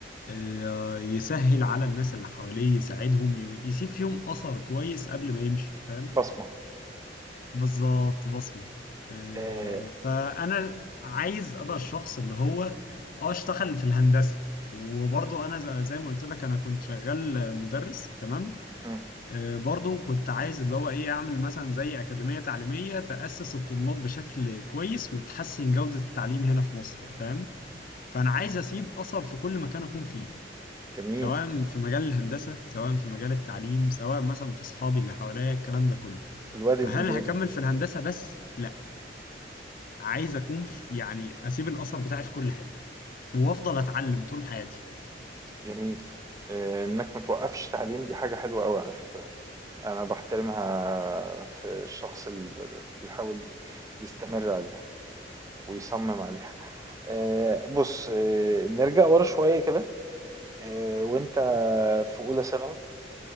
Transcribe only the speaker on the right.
بصمة
آه،
مم.
جميل
الواد
الإيجابي
جميل آه، انك متوقفش تعليم دي حاجة حلوة قوي على فكرة انا بحترمها في الشخص اللي بيحاول يستمر عليها ويصمم عليها آه، بص آه، نرجع ورا شوية كده آه، وانت في اولى ثانوي